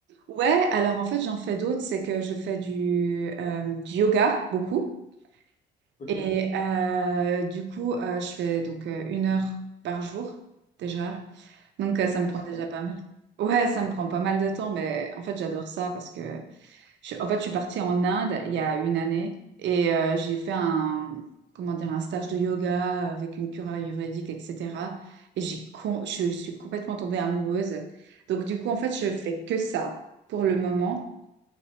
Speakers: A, on the right; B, on the left.
A: Ouais, alors en fait, j'en fais d'autres. C'est que je fais du, euh, du yoga beaucoup.
B: Ok.
A: Et euh, du coup, euh, je fais donc euh, une heure par jour déjà. Donc, euh, ça me
B: Ah,
A: prend
B: c'est
A: déjà
B: pas mal.
A: pas mal. Ouais, ça me prend pas mal de temps, mais en fait, j'adore ça parce que je, en fait, je suis partie en Inde il y a une année et euh, j'ai fait un, comment dire, un stage de yoga avec une cure ayurvédique, etc. Et j'ai con- je suis complètement tombée amoureuse. Donc, du coup, en fait, je fais que ça pour le moment.